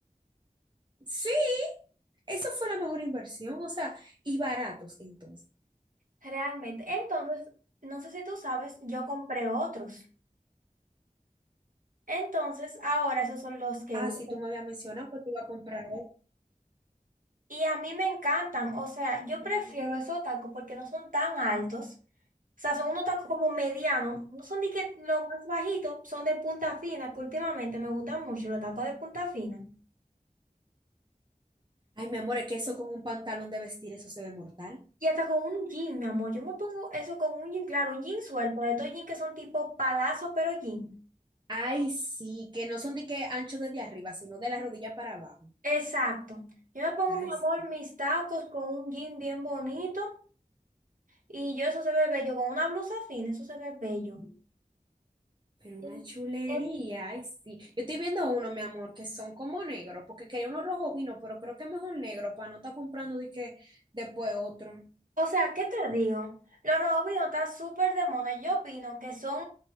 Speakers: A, on the right (about 30°); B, on the right (about 70°).
A: Sí, eso fue la mejor inversión, o sea, y baratos entonces.
B: Realmente. Entonces, no sé si tú sabes, yo compré otros. Entonces, ahora esos son los que
A: Ah,
B: uso.
A: sí, tú me habías mencionado que te iba a comprar.
B: Y a mí me encantan. O sea, yo prefiero
A: Mm.
B: esos tacos porque no son tan altos. O sea, son unos tacos como medianos. No son de que los más bajitos, son de punta fina, que últimamente me gustan mucho los tacos de punta fina.
A: Ay, mi amor, es que eso con un pantalón de vestir, eso se ve mortal.
B: Y hasta con un jean, mi amor. Yo me pongo eso con un jean, claro, un jean suelto, de estos jeans que son tipo palazo, pero jean.
A: Ay, sí, que no son de que ancho desde arriba, sino de la rodilla para abajo.
B: Exacto. Yo me pongo,
A: Ay,
B: mi
A: sí.
B: amor, mis tacos con un jean bien bonito. Y yo, eso se ve bello. Con una blusa fina, eso se ve bello.
A: Pero una
B: En-
A: chulería,
B: en-
A: ay, sí. Yo estoy viendo uno, mi amor, que son como negros, porque quería uno rojo vino, pero creo que es mejor negro para no estar comprando de que después otro.
B: o sea, ¿qué te digo? Los rojos robots están súper de moda. Yo opino que son,